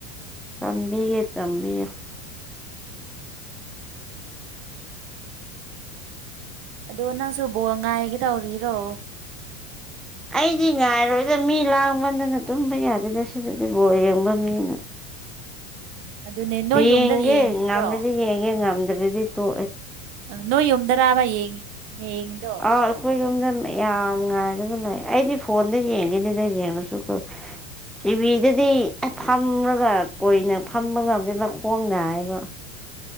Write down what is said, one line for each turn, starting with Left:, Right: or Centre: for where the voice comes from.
Centre: ꯆꯝꯕꯤꯦ ꯆꯕꯤ
Right: ꯑꯗꯣ ꯅꯪꯁꯨ ꯕꯣꯟ ꯉꯥꯏꯒꯤ ꯇꯧꯔꯤꯔꯣ
Centre: ꯑꯩꯗꯤ ꯉꯥꯏꯔꯣꯏꯗ ꯃꯤ ꯂꯥꯡꯕꯗꯅ ꯇꯨꯝꯕ ꯌꯥꯗꯦꯗ ꯁꯤꯗꯗꯤ ꯕꯣꯔ ꯌꯦꯡꯕ ꯃꯤꯅ
Right: <unintelligible> ꯑꯗꯨꯅꯦ ꯅꯣꯏ
Centre: ꯌꯦꯒꯦ
Right: ꯌꯨꯝꯗ ꯌꯦꯡꯉꯤꯕ꯭ꯔꯣ
Centre: ꯅꯝ꯭ꯔꯗꯤ ꯌꯦꯡꯦ ꯅꯝꯗ꯭ꯔꯗꯤ ꯇꯣ
Right: ꯅꯣ ꯌꯝꯗꯔꯥꯕ ꯌꯦꯡꯉꯤ ꯌꯦꯡꯉꯤꯗꯣ
Centre: ꯑ ꯑꯩꯈꯣꯏ ꯀꯨꯝꯖ ꯌꯥꯝ ꯉꯥꯏꯗꯅ ꯂꯩ ꯑꯩꯗꯤ ꯐꯣꯟꯗ ꯌꯦꯡꯈꯤꯅꯤꯗ ꯌꯦꯡꯉꯁꯨ ꯀꯣ ꯇꯤꯚꯤꯗꯗꯤ ꯑ ꯐꯝꯂꯒ ꯀꯣꯏꯅ ꯐꯝꯕ ꯉꯝꯗꯦ ꯃꯈ ꯈꯣꯡꯅ ꯍꯥꯏꯕ